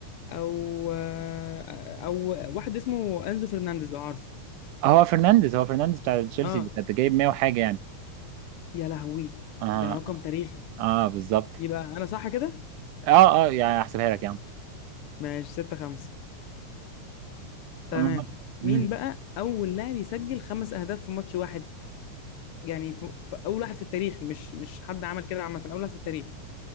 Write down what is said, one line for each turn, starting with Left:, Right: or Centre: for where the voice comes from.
Left: أو آه، أو واحد اسمه أنزو فرنانديز لو عارف
Right: هو فرنانديز هو فرنانديز بتاع تشيلسي
Left: أه
Right: ده ده جايب 100 وحاجه يعني
Left: يا لهوي
Right: اه
Left: ده رقم تاريخي
Right: اه بالظبط
Left: يبقى أنا صح كده؟
Right: اه اه يعني هحسبها لك يا عم
Left: ماشي ستة خمسة تمام
Right: مم. مم.
Left: مين بقى أول لاعب يسجل خمس أهداف في ماتش واحد؟ يعني ف- ف- اول واحد في التاريخ مش مش حد عمل كده عامه اول واحد في التاريخ